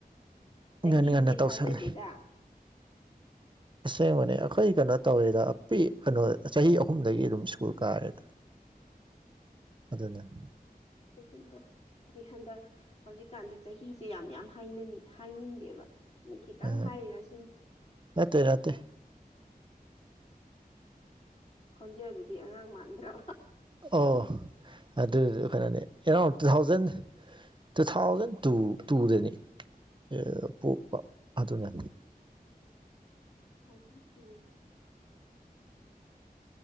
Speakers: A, on the left (about 40°); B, on the right (about 30°).
A: ꯆꯍꯤꯗꯨꯗꯤ
B: ꯉꯟ ꯉꯟꯅ ꯇꯧꯁꯜꯂꯦ
A: ꯊꯥꯖꯗꯦꯗ
B: ꯑꯁꯦꯡꯕꯅꯦ ꯑꯩꯈꯣꯏ ꯀꯩꯅꯣ ꯇꯧꯋꯦꯗ ꯄ ꯀꯩꯅꯣ ꯆꯍꯤ ꯑꯍꯨꯝꯗꯒꯤ ꯑꯗꯨꯝ ꯁ꯭ꯀꯨꯜ ꯀꯥꯑꯦꯗ ꯑꯗꯨꯗꯅ
A: ꯆꯍꯤꯗꯣ ꯍꯥꯏꯗꯤ ꯍꯟꯗꯛ ꯍꯧꯖꯤꯛꯀꯥꯟꯗꯤ ꯆꯍꯤꯁꯦ ꯌꯥꯝ ꯌꯥꯝꯅꯤꯡ ꯍꯥꯏꯅꯤꯡꯗꯦꯕ ꯑ ꯈꯤꯇꯪ
B: ꯎꯝ
A: ꯍꯥꯏꯔꯁꯤꯅꯤ
B: ꯅꯠꯇꯦ ꯅꯠꯇꯦ
A: ꯈꯣꯟꯖꯦꯜ ꯑꯗꯨꯗꯤ ꯑꯉꯥꯡ ꯃꯥꯟꯗ꯭ꯔꯣ
B: ꯑꯣ ꯑꯗꯨ ꯀꯩꯅꯣꯅꯤ around two thousand two thousand two ꯇꯨꯗꯅꯤ ꯑꯦ ꯄꯣꯛꯄ ꯑꯗꯨꯅꯦ
A: ꯊꯥꯎꯖꯟ ꯇꯨꯋ